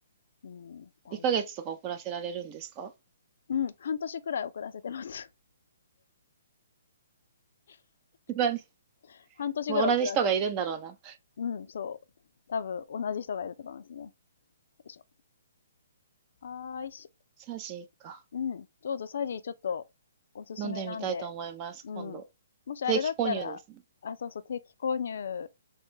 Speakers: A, on the left (about 60°); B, on the right (about 25°).
A: うん、大
B: 1ヶ月とか遅らせられるんですか
A: 変。うん、半年くらい遅らせてます。
B: <laughs> 何
A: <laughs> 半年くらい遅らせて。
B: もう同じ人がいるんだろうな。
A: うん、そう。多分、同じ人がいると思いますね。よいしょ。あーいしょ。
B: サーシン一家。
A: うん。どうぞ、サジーちょっと、おすすめなんで。
B: 飲んでみたいと思います、今度。
A: うん。もしあれだったら、
B: 定期購入ですね。
A: あ、そうそう、定期購入